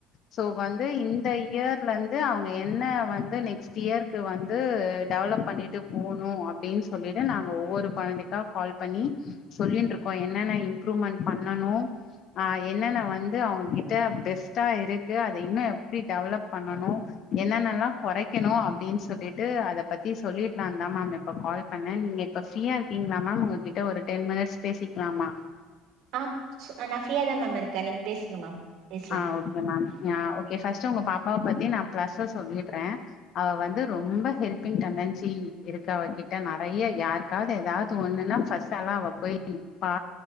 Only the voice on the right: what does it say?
ஆப்ச்சு அ நா ஃபிரியாதா மேம் இருக்கே நீங்க பேசுங்க மேம் பேசலா